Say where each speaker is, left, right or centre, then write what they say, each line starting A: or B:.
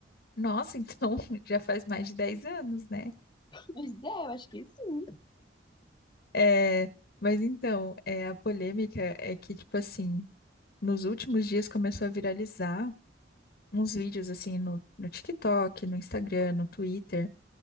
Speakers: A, on the left; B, on the left.
A: Nossa, então, <laughs> já faz mais de 10 anos, né?
B: Pois é, eu acho que sim.
A: É, mas então, é, a polêmica é que, tipo assim, nos últimos dias começou a viralizar uns vídeos, assim, no, no TikTok, no Instagram, no Twitter,